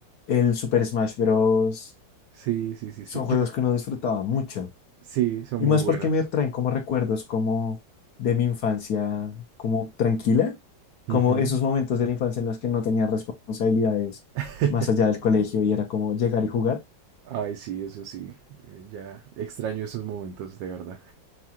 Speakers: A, on the left; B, on the right.
A: el Super Smash Bros.
B: Sí, sí, sí,
A: son
B: sí. Yo,
A: juegos que uno disfrutaba mucho.
B: sí, son
A: Y
B: muy
A: más
B: buenos.
A: porque me traen como recuerdos como de mi infancia, como tranquila, como
B: Ujú.
A: esos momentos de la infancia en los que no tenía responsabilidades
B: <laughs>
A: más allá del colegio y era como llegar y jugar.
B: Ay, sí, eso sí. eh, Ya extraño esos momentos, de verdad.